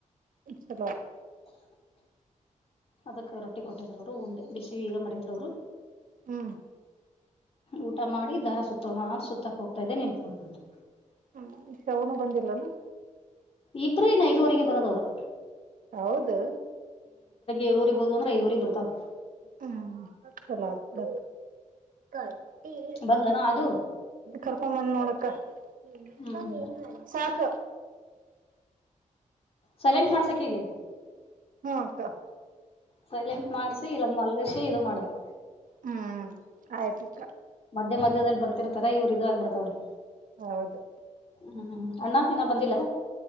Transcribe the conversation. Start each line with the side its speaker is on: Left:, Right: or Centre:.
Right: ಇಷ್ಟ
Left: ಅದಕ್ಕೆ ರೊಟ್ಟಿ ಕೊಟ್ಟಿದರುವ್ರು ಉಂಡೆ ಬಿಸಿ ಈಗ ಮಾಡಿದ್ರವರು
Right: ಹ್ಮ್
Left: ಊಟ ಮಾಡಿ ದಾರ ಸುತ್ತೋಣ ಅಂತ ಸುತ್ತಕ್ ಹೋಗ್ತಾ ಇದೆ ನಿನ್ಪೊಂಡ್ ಬಂತು
Right: ಹ್ಮ ಶವನು ಬಂದಿಲ್ಲನ
Left: ಇಬ್ರು ಇನ್ನು ಐದುವರೆಗೆ ಬರೋದವರು
Right: ಹೌದು
Left: ಏಳುವರಿಗ್ ಹೋದ್ವು ಅಂದ್ರ ಐದುವರಿಗ್ ಬರ್ತಾವ್
Right: ಹ್ಮ್ ಚಲಾತ್ತ ಕಟ್ಟ
Left: ಬಂದ್ಲೇನ
Right: ಅ
Left: ಅದು
Right: ಕರ್ಕೊಂಬಂದ ನೋಡಕ್ಕ
Left: ಹ್ಮ್
Right: ನಿ ನೀನು ಮನ್ಸಾಕ
Left: ಸೈಲೆಂಟ್ ಮಾಡ್ಸಕ್ ಹೇಗೆ
Right: ಹ್ಮಕಾ
Left: ಸೈಲೆಂಟ್ ಮಾಡಸಿ ಇಲ್ಲ ಮಲ್ಗಸಿ ಇದು ಮಾಡಕ್
Right: ಹ್ಮ್ ಆಯ್ತ್ತ್ರ
Left: ಮಧ್ಯ ಮಧ್ಯದಲ್ಲಿ ಬರ್ತಿರ್ತಾರ ಇವ್ರು ಇದ ಆಾಗಗ್ಬಿತಾವಳಿ
Right: ಹೌದು
Left: ಹ್ಮ್್ಮ್ ಅಣ್ಣ ಏನ ಬಂದಿಲ್ಲ